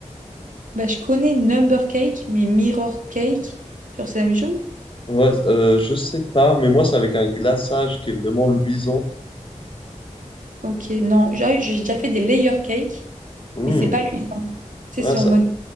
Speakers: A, on the right; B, on the left.
A: Bah, je connais Number Cake, mais Mirror Cake, genre c'est la même chose?
B: Ouais, euh, je sais pas, mais moi, c'est avec un glaçage qui est vraiment luisant.
A: Ok, non, j'ai j'ai déjà fait des layer cake.
B: Hmm.
A: Mais c'est pas luisant. Tu sais,
B: Ouais,
A: c'est
B: ça...
A: en mode